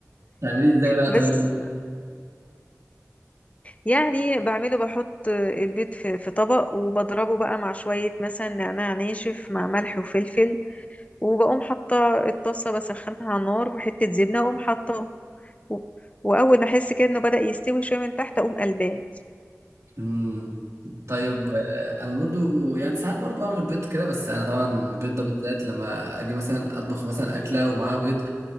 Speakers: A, on the right (about 65°); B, on the left (about 25°).
A: بتعمليه ازاي بقى
B: بس
A: طيب
B: يعني بعمله بحط البيض في في طبق وبضربه بقى مع شوية مثلا نعناع ناشف مع ملح وفلفل وبقوم حاطة الطاسة بسخنها على النار وحتة زبنة وأقوم حاطاه و- وأول ما أحس كده إنه بدأ يستوي شوية من تحت أقوم قلباه
A: امم طيب آه، انا برضو يعني ساعات برضو بعمل البيض كده بس انا طبعا البيض ده بالذات لما اجي مثلا اطبخ مثلا اكله ومعاها بيض